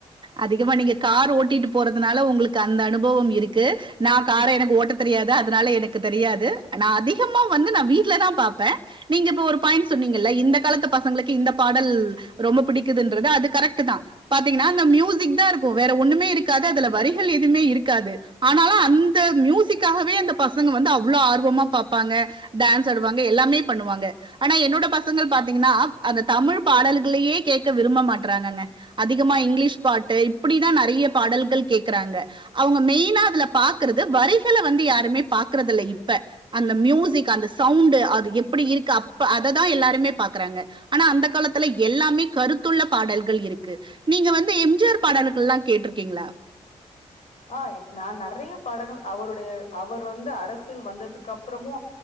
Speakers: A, on the right; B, on the left.
A: அதிகமா நீங்க கார் ஓட்டிட்டு போறதுனால உங்களுக்கு அந்த அனுபவம் இருக்கு நா கார எனக் ஓட்டத் தெரியாதா அதனால எனக்கு தெரியாது நா அதிகமா வந்து நா வீட்டுல தா பாப்பே நீங்க இப்ப ஒரு பாயிண்ட் சொன்னீங்கல்ல இந்த காலத்து பசங்களுக்கு இந்த பாடல் ரொம்ப பிடிக்குதுன்றது அது கரெக்ட் தா பாத்தீங்கன்னா மியூசிக் தா ருக்கு வேற ஒண்ணுமே இருக்காது அதுல வரிகள் எதுமே இருக்காது ஆனாலு அந் த மியூசிக்காகவே அந்த பசங்க வந்து அவ்ளோ ஆர்வமா பாப்பாங்க டான்ஸ் ஆடுவாங்க எல்லாமே பண்ணுவாங்க ஆனா என்னோட பசங்கள் பாத்தீங்கன்னா அந்த தமிழ் பாடல்களையே கேட்க விரும்ப மாட்டறாங்கங்க அதிகமா இங்கிலீஷ் பாட்டு இப்டிதா நிறைய பாடல்கள் கேக்குறாங்க அவுங்க மெய்னா அதுல பாக்குறது வரிகள வந்து யாருமே பாக்குறதுல்ல இப்ப அந்த மியூசிக் அந்த சவ்ண்டு அது எப்படி இருக்கு அப்ப அததா எல்லாருமே பாக்கறாங்க ஆனா அந்த காலத்துல எல்லாமே கருத்துள்ள பாடல்கள் இருக்கு நீங்க வந் து எம்ஜிஆர் பாடல்கள்லா கேட்ருக்கீங்களா
B: ஆ நா நறைய பாடங்கள் அவருடைய அவர் வந்து அரசியல் வந்ததுக்கு அப்புறமு